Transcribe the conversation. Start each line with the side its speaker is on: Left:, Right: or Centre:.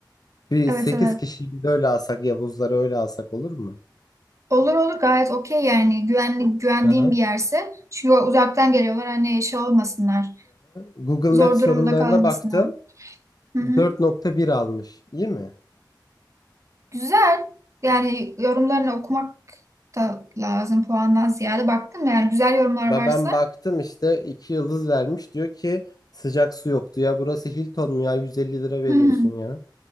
Left: Bir
Right: Evet
Left: 8
Right: evet.
Left: kişiyi biz öyle alsak, Yavuzları öyle alsak olur mu?
Right: Olur olur gayet okey yani güvenli, güvendiğim
Left: Hı hı.
Right: bir yerse. Çünkü uzaktan geliyorlar hani şey olmasınlar.
Left: Google
Right: Zor
Left: Maps
Right: durumda
Left: yorumlarına
Right: kalmasınlar.
Left: baktım.
Right: Hı hı.
Left: dört nokta bir almış. İyi mi?
Right: Güzel. Yani yorumlarını okumak da lazım puandan ziyade. Baktın mı yani güzel yorumlar
Left: Ve
Right: varsa.
Left: ben baktım işte 2 yıldız vermiş. Diyor ki sıcak su yoktu ya. Burası Hilton mu ya? 150 lira veriyorsun
Right: Hı hı.
Left: ya.